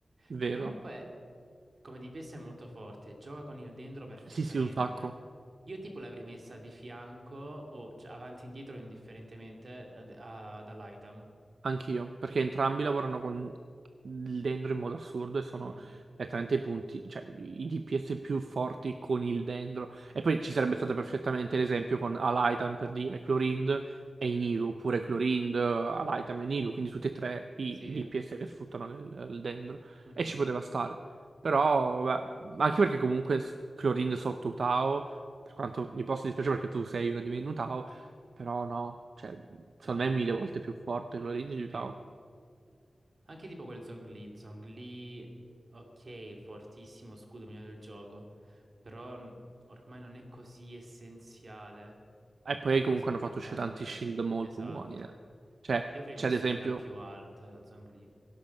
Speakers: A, on the right; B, on the right.
A: che
B: Vero.
A: comunque come DPS è molto forte, gioca con il dendro perfettamente.
B: Sì, sì, un sacco.
A: Io tipo l'avrei messa di fianco o cioè, avanti e indietro indifferentemente ad- a- dall'item.
B: Anch'io, perché entrambi lavorano con il dendro in modo assurdo e sono
A: Mhm,
B: letteralmente i punti, cioè i DPS più forti con il dendro. E poi ci sarebbe stato perfettamente l'esempio con Alaitan per dire Clorind e Inilu, oppure Clorind, Alaitan e Inilu, quindi tutti e tre i
A: Sì.
B: DPS che sfruttano il, il dendro.
A: mhm,
B: E ci poteva stare. Però, beh, anche perché comunque s- Clorind sotto Utao, per quanto mi possa dispiacere perché tu sei uno di me in Utao, però no. cioè secondo
A: No.
B: me è mille volte più forte quello lì di Utah.
A: Sì. Anche tipo quel Zhongli, Zhongli, ok, fortissimo scudo migliore del gioco, però n- ormai non è così essenziale,
B: E poi
A: così
B: comunque
A: impattante.
B: hanno fatto uscire tanti shield molto
A: Esatto.
B: buoni. eh. Cioè,
A: Li avrei
B: c'è
A: messo
B: ad esempio,
A: in A più alta, Zhongli.